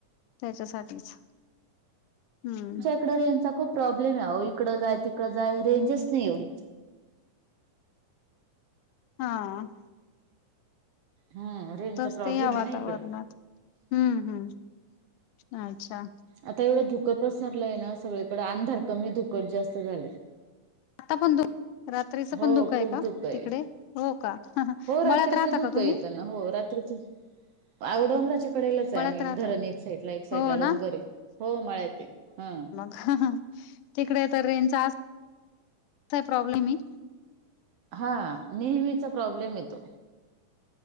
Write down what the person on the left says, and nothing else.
त्याच्यासाठीच हम्म
हा.
तच
ते या वातावरणात
हम्म हम्म अच्छा
आता पण रात्रीच
पण धुक आहे
का
तिकडे हो का मळ्यात
राहता
का तुम्ही.
मळ्यात
राहतात
हो ना
ह तिकडे आता रेंजचा प्रॉब्लेम आहे.